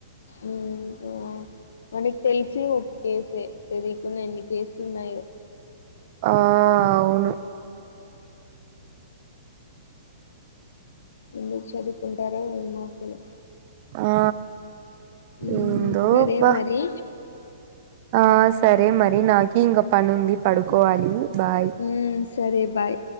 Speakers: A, on the left (about 85°); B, on the right (about 40°).
A: ఉమ్ ఆ మనకి తెలిసి ఒక కేసే తెలియకున్న ఎన్ని కేసులు ఉన్నాయో
B: ఆ అవును
A: ఎందుకు చదువుకుంటరో ఏమో అసలు
B: ఆ
A: ఉమ్
B: ఏందో
A: సరే
B: బా
A: మరి
B: ఆ సరే మరి నాకి ఇంక పని ఉంది పడుకోవాలి బాయ్
A: ఉమ్ సరే బాయ్